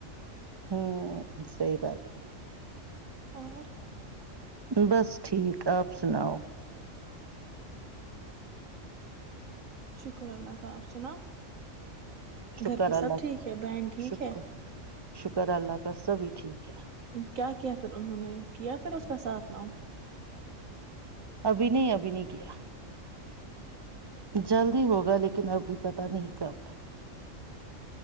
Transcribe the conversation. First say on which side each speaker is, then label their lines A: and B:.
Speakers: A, on the right; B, on the right.
A: ہان سحی بات
B: اور
A: بس ٹھیک آپ سناؤ
B: شکر اللہ کا آپ سناو
A: شکر
B: گھر پہ سب
A: اللہ
B: ٹھیک ہے بہن ٹھیک
A: شکر
B: ہے
A: شکر اللہ کا سبھی ٹھیک ہے
B: کیا کیا پھر انہوں نے کیا پھر اس کا ساتھ نام
A: ابھی نہیں ابھی نہیں کیا جلدی ہوگا لیکن ابھی پتہ نہیں کب